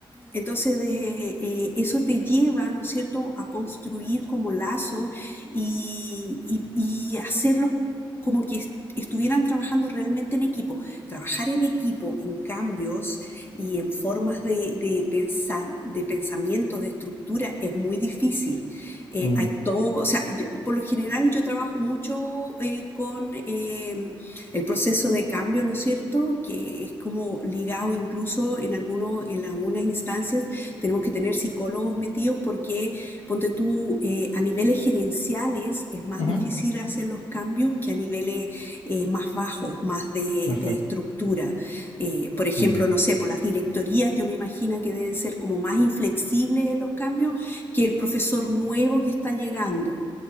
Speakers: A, on the left; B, on the left.
A: entonces, de- eh, eso te lleva, ¿no es cierto?, a construir como lazo y, y, y hacerlos como que est- estuvieran trabajando realmente en equipo. Trabajar en equipo, en cambios y en formas de, de, pensa- de pensamiento, de estructura, es muy difícil. Eh,
B: Mm,
A: hay todo, o sea, yo- por lo general yo trabajo mucho eh, con eh, el proceso de proceso de cambio, ¿no es cierto? Que es como ligado incluso en algunos, en algunas instancias tenemos que tener psicólogos metidos porque, ponte tú, eh, a niveles gerenciales es más
B: ujú,
A: difícil hacer los cambios que a niveles eh, más bajos, más de,
B: perfecto.
A: de estructura. Eh, por ejemplo,
B: Mm.
A: no sé, por las directorías yo me imagino que deben ser como más inflexibles en los cambios que el profesor nuevo que está llegando